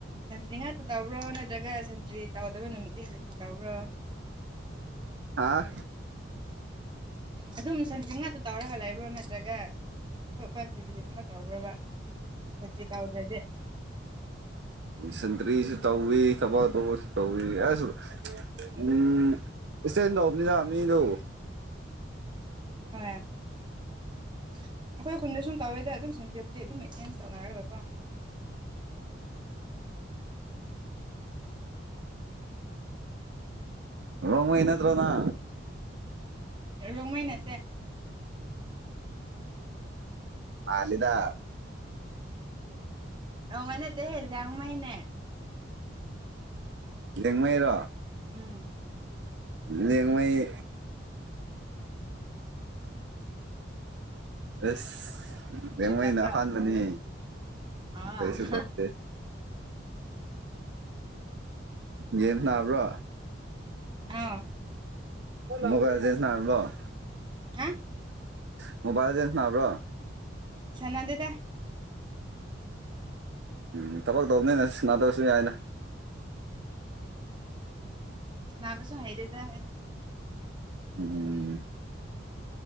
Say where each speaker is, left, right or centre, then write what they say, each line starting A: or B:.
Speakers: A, on the right; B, on the right.
A: ꯁꯟꯇ꯭ꯔꯤ ꯉꯥꯛꯇ ꯇꯧꯕ꯭ꯔꯣ ꯅꯠꯇ꯭ꯔꯒ ꯁꯟꯇ꯭ꯔꯤ ꯇꯧꯗꯕ ꯅꯨꯃꯤꯠꯇꯤ ꯀꯩꯁꯨ ꯇꯧꯕ꯭ꯔꯣ
B: ꯍꯥꯥ
A: ꯑꯗꯨꯝ ꯁꯟꯖꯤ ꯉꯥꯛꯇ ꯇꯧꯔꯒ ꯂꯩꯕ꯭ꯔꯣ ꯅꯠꯇ꯭ꯔꯒ ꯑꯇꯣꯞꯄ ꯀꯔꯤ ꯀꯔꯤꯒꯨꯝꯕ ꯇꯧꯕ꯭ꯔꯣꯕ ꯁ ꯀꯥꯎꯗ꯭ꯔꯗꯦ
B: ꯁꯇ꯭ꯔꯤꯁꯨ ꯆꯧꯕꯤ ꯊꯕꯥ ꯇꯧꯁꯨ ꯆꯧꯕꯤ ꯑꯁꯨ ꯎꯝ ꯏꯆꯗ ꯍꯕꯅꯤꯗ ꯑꯗꯣ
A: ꯍ ꯑꯩꯈꯣꯏ ꯈꯨꯟꯗꯁꯨ ꯇꯧꯋꯦꯗ ꯑꯗꯨꯝ ꯁꯟꯗꯦꯕꯨꯗꯤ ꯑꯗꯨꯝ ꯑꯦꯛꯆꯦꯟꯖ ꯇꯧꯅꯔꯒ ꯀꯣ
B: ꯎꯝ ꯔꯣꯡꯃꯩ ꯅꯠꯇꯔꯣꯅ
A: ꯔꯣꯃꯩ ꯅꯦ
B: ꯃꯥꯂꯤꯗ
A: ꯔꯣꯡꯃꯩ ꯅꯠꯇꯦ ꯍꯦ ꯂꯥꯡꯃꯩꯅꯦ
B: ꯌꯦꯡꯃꯩꯔꯣ
A: ꯎꯝ
B: ꯂꯦꯡꯃꯥꯥꯩ ꯑꯁ
A: ꯁꯟꯇ꯭ꯔꯤ
B: ꯂꯦꯡꯃꯩꯅ
A: ꯇꯧꯕ꯭ꯔꯥ
B: ꯑꯍꯥꯟꯕꯅꯤ
A: ꯑꯥ
B: ꯀꯩꯁꯨ ꯇꯞꯇꯦ ꯌꯦꯟꯁ ꯅꯕ꯭ꯔꯣ
A: ꯑꯥ
B: ꯃꯒꯥ ꯆꯁꯅꯂꯣ <inaudible>
A: ꯍꯥ
B: <unintelligible>
A: ꯁꯟꯅꯗꯦꯗ
B: ꯎꯝ ꯊꯕꯛ ꯇꯧꯕꯅꯤꯅ ꯅꯥꯗꯔꯁꯨ ꯌꯥꯏꯅ
A: ꯉꯥꯡꯕꯁꯨꯨ ꯍꯩꯔꯦꯗ
B: ꯎꯝ